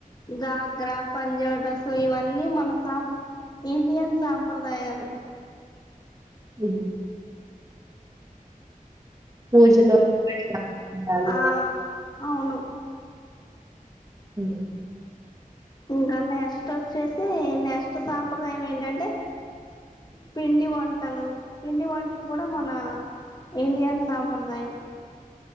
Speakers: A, on the left (about 30°); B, on the right (about 25°).
A: గా గ్రా పంజాబ్ డ్రెస్ సో ఇవన్నీ మన సాం ఇండియన్ సాంప్రదాయాలు
B: హ్మ్ పూజలో ఉండాలి
A: ఆ అవును
B: హ్మ్
A: ఇంకా నెక్స్ట్ వచ్చేసి నెక్స్ట్ సాంప్రదాయం ఏంటంటే పిండి వంటలు పిండి వంటలు కూడా మన ఇండియన్ సాంప్రదాయం